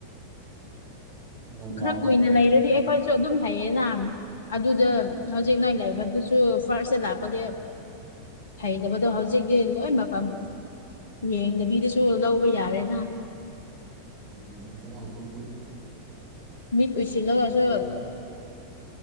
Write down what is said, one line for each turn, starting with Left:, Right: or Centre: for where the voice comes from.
Right: ꯅꯦꯗꯔꯂꯥꯟꯗꯗꯤ
Left: ꯈꯔ ꯀꯨꯏꯅ
Right: ꯑꯗꯨꯝ
Left: ꯂꯩꯔꯗꯤ ꯑꯩꯈꯣꯏꯁꯨ ꯑꯗꯨꯝ ꯍꯩꯌꯦꯅ ꯑꯗꯨꯗ
Right: ꯎꯝ
Left: ꯍꯧꯖꯤꯛ ꯅꯣꯏ ꯂꯩꯕꯗꯨ ꯁꯨ ꯐꯥꯔꯁꯇꯥ ꯂꯥꯛꯄꯒꯤ ꯍꯩꯇꯕꯗꯣ ꯍꯧꯖꯤꯛꯇꯤ ꯂꯣꯏ ꯃꯐꯝ ꯌꯦꯡꯗꯕꯤꯗꯁꯨ ꯂꯧꯕ ꯌꯥꯔꯦꯅ
Right: ꯎꯝ ꯑꯗꯨꯅ ꯍꯧꯖꯤꯛꯇꯤ
Left: ꯃꯤꯠ ꯎꯏꯁꯤꯜꯂꯒꯁꯨ
Right: ꯌꯦꯡ